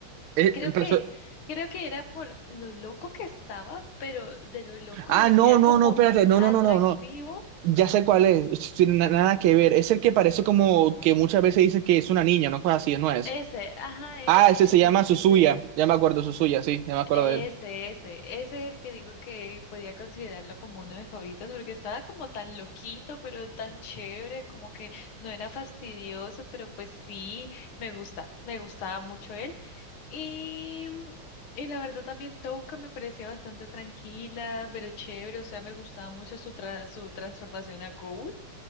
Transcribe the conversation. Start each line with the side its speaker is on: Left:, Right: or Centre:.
Right: Eh,
Left: Creo
Right: empezó-
Left: que, creo que era por lo loco que estaba, pero de lo loco
Right: ah,
Left: lo hacía
Right: no, no,
Left: como
Right: no, espérate, no,
Left: atractivo.
Right: no, no, no, no. Ya sé cuál es, sin na- nada que ver. Es el que parece como que muchas veces dice que es una niña, no cosas así, no es.
Left: Ese, ajá, él,
Right: Ah, ese
Left: él
Right: se llama
Left: es el
Right: Suzuya.
Left: que te digo.
Right: Ya me acuerdo, Suzuya, sí, ya me acuerdo
Left: Este,
Right: de él.
Left: este, ese es el que digo que podía considerarlo como uno de mis favoritos porque estaba como tan loquito, pero tan chévere, como que no era fastidioso, pero pues sí, me gusta, me gustaba mucho él. Y, y la verdad también Touka me parecía bastante tranquila, pero chévere, o sea, me gustaba mucho su, tra- su transformación a Ghoul,